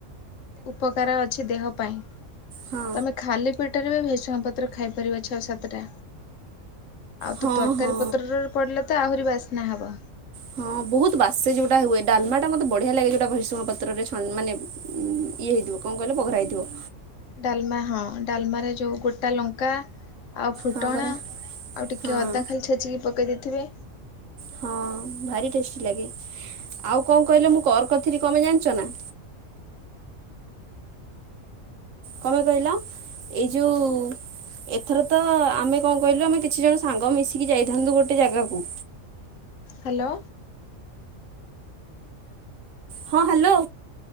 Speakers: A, on the left; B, on the right.
A: ଉପକାର ଅଛି ଦେହ ପାଇଁ
B: ହଁ
A: ତମେ ଖାଲି <unintelligible> ଭେସୁଂଗା ପତ୍ର ଖାଇପାରିବ ଛଅ ସାତଟା ଆଉ
B: ହଁ
A: ତ ତରକାରୀ
B: ହଁ
A: ପତ୍ରରେ ପଡ଼ିଲେ ତ ଆହୁରି ବାସ୍ନା ହବ।
B: ହଁ ବହୁତ ବାସେ ଯୋଉଟା ହୁଏ ଡାଲମା ଟା ମତେ ବଢିଆ ଲାଗେ ଯଉଟା ଭେରସୁଙ୍ଗ ପତ୍ରରେ ଛ ମାନେ ଇଏ ହେଇଥିବ କଣ କହିଲ ବଘରା ହେଇଥିବ।
A: ଡାଲମା ହଁ ଡାଲମାରେ ଯେଉଁ ଗୋଟା ଲଙ୍କା ଆଉ ଫୁଟଣ
B: ହଁ ପରା
A: ଆଉ ଟିକେ
B: ହଁ
A: ଅଦା ଖାଲି ଛେଚିକି ପକେଇ ଦେଇଥିବେ।
B: ହଁ ଭାରି ଟେଷ୍ଟି ଲାଗେ, ଆଉ କଁ କଇଲ ମୁଁ କର୍ କରିଥିଲି କଣ ପାଇଁ ଜାଣିଚ ନା। କଁ ପାଇଁ କହିଲ, ଏଇ ଯୋଉ ଏଥର ତ ଆମେ କଣ କହିଲୁ ଆମେ କିଛି ଜଣ ସାଙ୍ଗ ମିଶିକି ଯାଇଥାନ୍ତୁ ଗୋଟେ ଜାଗାକୁ।
A: ହାଲୋ।
B: ହଁ ହାଲୋ।